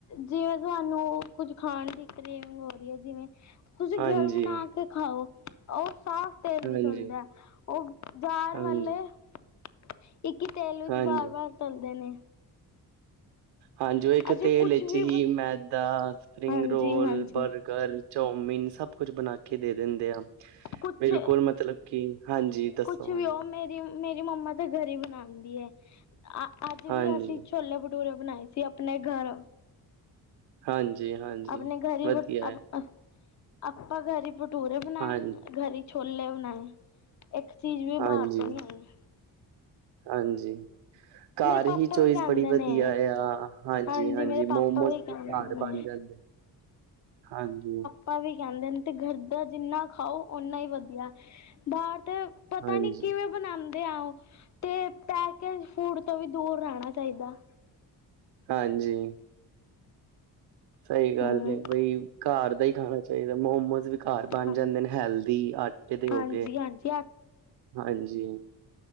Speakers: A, on the left; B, on the right.
A: ਜੀਵੇ ਤੁਆਨੂੰ ਕੁੱਝ ਖਾਣਦੀ ਦੀ ਟ੍ਰੇਨੀਗ ਹੁੰਦੀ ਏ ਜਿਵੇ ਤੁਸੀ
B: ਹਾਂਜੀ
A: ਗਰ ਬਣਾ ਕੇ ਖਾਓ, ਓ ਸਾਫ਼ ਤੇਲ
B: ਹਾਂਜੀ
A: ਵਿਚ ਹੁੰਦੈ, ਓ ਬਾਰ
B: ਹਾਂਜੀ
A: ਇਕ ਈ ਤੇਲ ਵਿਚ
B: ਹਾਂਜੀ
A: ਬਾਰ-ਬਾਰ ਤਲਦੇ ਨੇ।
B: ਹਾਂਜੀ ਓ ਇਕ
A: ਅਸੀਂ
B: ਤੇਲ
A: ਕੁਛ
B: ਏਚ
A: ਵੀ
B: ਹੀ
A: ਬਣ
B: ਮੈਦਾ ਸਪਰੀਂਗ
A: ਹਾਂਜੀ
B: ਰੋਲ
A: ਹਾਂਜੀ
B: ਬਰਗਰ ਚੌਮੀਗ ਸਭ ਕੁਛ ਬਣਾ ਕੇ ਦੇ ਦੇਦੇ ਆ,
A: ਕੁਛ
B: ਬੇਲਕੁਲ ਮਤਲਬ ਕੀ ਹਾਂਜੀ। ਦੱਸੋ
A: ਕੁਛ ਵੀ
B: ਹਾਂਜੀ
A: ਓ ਮੇਰੀ, ਮੇਰੀ ਮੰਮਾ ਤਾਂ ਘਰ ਈ ਬਣਾਦੀ ਐ, ਅ ਅਜ ਵੀ
B: ਹਾਂਜੀ
A: ਅਸੀ ਛੋਲੇ-ਭਟੂਰੇ ਬਣਾਏ ਸੀ ਆਪਣੇ ਗਰ।
B: ਹਾਂਜੀ ਹਾਂਜੀ
A: ਆਪਣੇ ਗਰ ਵੀ
B: ਵਧੀਆ
A: ਵਟ
B: ਹੈ
A: ਅ ਆਪਾ ਗਰ ਈ ਬਟੂਰੇ ਬਣਾਏ
B: ਹਾਂਜੀ
A: ਗਰ ਈ ਛੋਲੇ ਬਣਾਏ। ਇੱਕ ਚੀਜ਼ ਵੀ
B: ਹਾਂਜੀ,
A: ਬਾਹਰ ਤੋਂ ਨਹੀਂ ਆਈ
B: ਹਾਂਜੀ। ਘਰ
A: ਮੇਰੇ ਪਾਪਾ
B: ਹੀ ਚੋਈਸ
A: ਵੀ ਕਹਿੰਦੇ
B: ਬੜੀ ਵਦੀਆ
A: ਨੇ
B: ਆ, ਹਾਂਜੀ-ਹਾਂਜੀ
A: ਹਾਂਜੀ ਮੇਰੇ ਪਾਪਾ
B: ਮੋਮੋਸ
A: ਵੀ ਕਹਿੰਦੇ
B: ਘਰ
A: ਨੇ
B: ਬਣ ਜਾਦੇ। ਹਾਂਜੀ।
A: ਪਾ ਵੀ ਕੈਂਦੇ ਨੇ ਤੇ ਗਰ ਦਾ ਜੀਨਾ ਖਾਓ ਓਨਾ ਈ ਵਦੀਐ ਬਾਰ ਤੇ ਪਤਾ
B: ਹਾਂਜੀ,
A: ਨੀ ਕੀਵੇਂ ਬਣਾਦੇ ਆ ਓ, ਤੇ ਪੈਕੇਜ ਫੂਡ ਤੋਂ ਵੀ ਦੂਰ ਰੈਂਣਾ ਚਾਈਦਾ।
B: ਹਾਂਜੀ। ਸਈ ਗੱਲ
A: ਹਮ
B: ਏ ਬਈ ਘਰ ਦਾ ਈ ਖਾਣਾ ਚਾਈਦਾ, ਮੋਮੋਸ ਵੀ ਘਰ ਬਣ
A: ਹਾਂ
B: ਜਾਂਦੇ ਨੇ ਹੈਲਦੀ ਆਟੇ ਦੇ ਹੋ
A: ਹਾਂਜੀ
B: ਗੇ,
A: ਹਾਂਜੀ
B: ਹਾਂਜੀ।